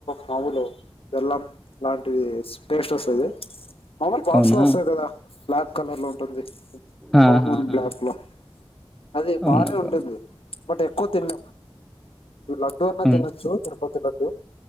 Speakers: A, on the left; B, in the centre.
A: మాముూలు బెల్లం లాంటివి టేస్ట్ వస్తది మములు బాక్స్
B: అవునా?
A: లో వస్తది కదా బ్లాక్ కలర్ లో ఉంటుంది
B: ఆహాహా!
A: బ్రౌన్ అండ్ బ్లాక్ లో అది బానే
B: అవునా బ్రో.
A: ఉంటుంది బట్ ఎక్కువ తిన లడ్డూ అన్న
B: అవును.
A: తినొచ్చు తిరుపతి లడ్డు